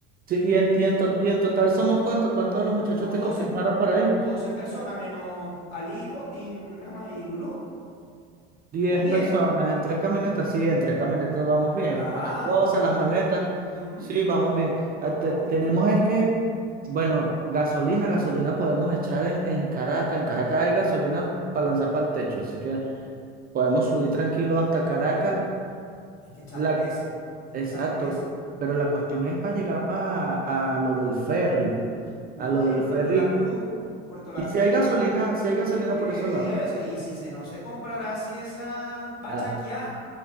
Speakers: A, on the right; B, on the left.
A: sí, y en, y en to- y en total somos cuántos, ¿cuántos de los muchachos
B: Somos
A: te
B: doce
A: confirmaron para ir?
B: doce personas menos Ali, Pot y, me llama, y Lulú.
A: diez
B: Somos diez
A: personas en tres camionetas, sí, en tres camionetas vamos bien,
B: Relajado,
A: con las cosas,
B: relajado.
A: las maletas,
B: Ujú,
A: sí, vamos bien. Ah,
B: Vamos
A: te-
B: bien.
A: tenemos es que, bueno, gasolina, gasolina podemos echar en, en Caracas, en Caracas hay gasolina para lanzar para el techo, así que podemos subir tranquilo hasta
B: No,
A: Caracas.
B: y hay que echar
A: La,
B: dos veces. Hay
A: exacto,
B: que echar dos veces.
A: pero la cuestión es para llegar para a lo del ferry,
B: No,
A: a lo
B: ahí
A: del
B: en
A: ferry.
B: Puerto La Cruz, en Puerto La
A: Y si
B: Cruz,
A: hay gasolina, si hay gasolina
B: sí,
A: por esos lados.
B: ahí sí ahí sí se no se comprará así de esa bachaquiá,
A: Ah,